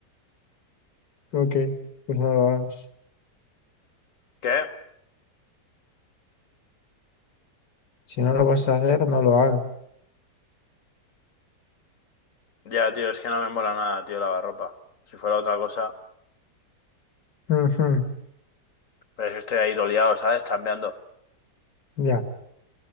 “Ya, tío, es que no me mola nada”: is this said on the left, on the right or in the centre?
Left